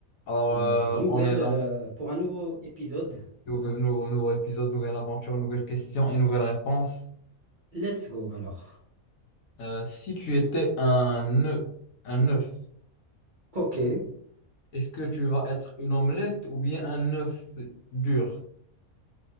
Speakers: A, on the left; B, on the right.
A: Alors,
B: euh,
A: euh,
B: nouvelle,
A: on est là.
B: euh, pour un nouveau épisode.
A: Nouveau, nou- nouveau épisode, nouvelle aventure, nouvelle question et nouvelle réponse.
B: Let's go alors.
A: Euh, si tu étais un œuf, un œuf,
B: Ok.
A: est-ce que tu vas être une omelette ou bien un œuf dur?